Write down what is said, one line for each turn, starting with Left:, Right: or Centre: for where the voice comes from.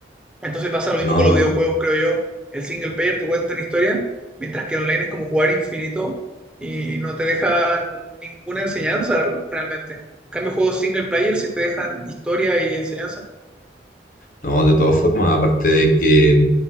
Centre: Entonces pasa lo mismo
Left: No,
Centre: con los videojuegos, creo yo. El single player te cuenta una historia, mientras que online es como jugar infinito y no te deja ninguna enseñanza realmente. En cambio, juegos single player sí te dejan historia y enseñanza.
Left: No, de todas formas, aparte de que